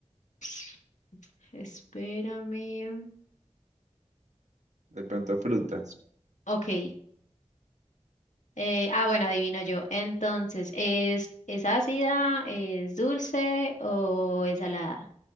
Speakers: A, on the left; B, on the right.
A: <sniffs> espérame.
B: De pronto frutas.
A: Ok. Eh, ah, bueno, adivino yo. Entonces, ¿es, es ácida, es dulce o es salada?